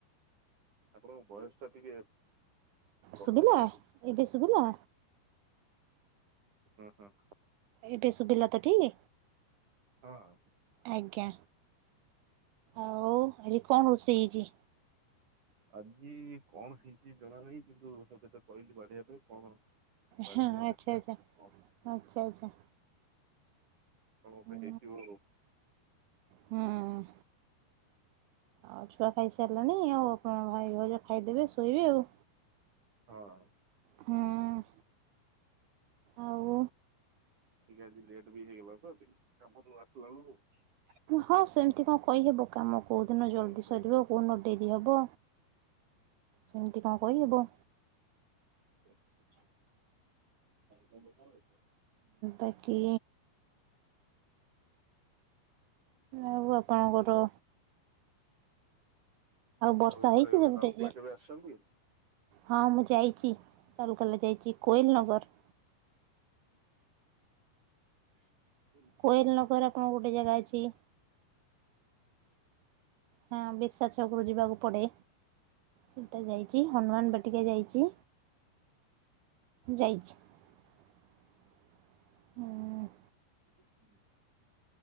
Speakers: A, on the right; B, on the right.
A: ଆପଣଙ୍କ ବୟସ ଟା ଟିକେ କଟୁଚି
B: ସୁୁବିଲା
A: ବୋଧେ।
B: ଏବେ ସୁୁବିଲା?
A: ହଁ ହଁ।
B: ଏବେ ଶୁବିଲା ତ ଠିକ?
A: ହଁ।
B: ଆଜ୍ଞା ଆଉ ଆଜି କଣ ରୋଷେଇ ହେଇଚି?
A: ଆଜି କଣ ହେଇଚି ଜଣାନାହିଁ କିନ୍ତୁ ସତେତ କହିଲି ବାଢ଼ିବା ପାଇଁ କଣ ବାଢିବେ
B: ହଁ
A: ଦେଖିବା।
B: ଆଚ୍ଛା-ଆଚ୍ଛା
A: କଣ
B: - ଆଚ୍ଛା - ଆଚ୍ଛା
A: କଣ ଗୋଟେ
B: ହୁଁ
A: ହେଇଥିବ ଆଉ।
B: ହୁଁ। ଆଉ ଛୁଆ ଖାଇସାରିଲାଣି ଆଉ ଆପଣ ଭାଇ ଭଉଜ ଖାଇଦେବେ ଶୋଇବେ ଆଉ।
A: ହଁ।
B: ହୁଁ। ଆଉ
A: ଟିକେ ଆଜି ଲେଟ୍ ବି ହେଇଗଲା ତ କାମରୁ ଆସିଲା ବେଳକୁ
B: ହଁ ସେମିତି କଣ କହିହେବ କାମ କୋଉ ଦିନ
A: ହ୍ୟାଲୋ
B: ଜଲ୍ଦି ସରିବ କୋଉ ଦିନ ଡେରି ହବ। ସେମିତି କଣ କହିହେବ।
A: <unintelligible>
B: ବାକି ଆଉ ଆପଣଙ୍କର ବର୍ଷା
A: ଆଉ ଏପଟେ
B: ହେଇଛି ସେପଟେ
A: ରାଉରକେଲା
B: ଯେ
A: କେବେ ଆସିଚନ୍ତି?
B: ହଁ ମୁଁ ଯାଇଚି ରାଉଲକେଲା ଯାଇଚି କୋଏଲ ନଗର
A: <inaudible>
B: କୋଏଲ ନଗର ଆପଣଙ୍କ ଗୋଟେ ଜାଗା ଅଛି। ହଁ ବିର୍ସା ଛକରୁ ଯିବାକୁ ପଡ଼େ। ସେଟା ଯାଇଚି ହନୁମାନ ବାଟିକା ଯାଇଚି। ଯାଇଚି ଆଁ-ଆଁ
A: ହୁ <unintelligible>